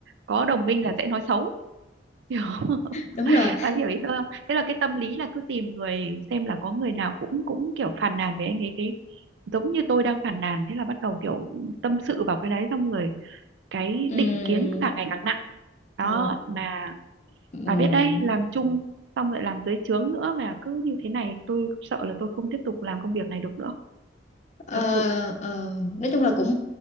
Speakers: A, on the right; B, on the left.
A: có đồng minh là sẽ nói xấu hiểu không? <laughs>
B: <laughs> đúng rồi
A: bà hiểu ý tôi không thế là cái tâm lý là cứ tìm người xem là có người nào cũng cũng kiểu phàn nàn với anh ấy cái giống như tôi đang phàn nàn thế là bắt đầu kiểu tâm sự vào cái đấy xong rồi cái
B: Ừm,
A: định kiến càng ngày càng nặng đó
B: ừ.
A: mà
B: Ừ.
A: bà biết đấy làm chung xong lại làm dưới trướng nữa mà cứ như thế này tôi sợ là tôi không tiếp tục làm công việc này được nữa
B: Ờ,
A: thật sự
B: ờ, nói chung là cũng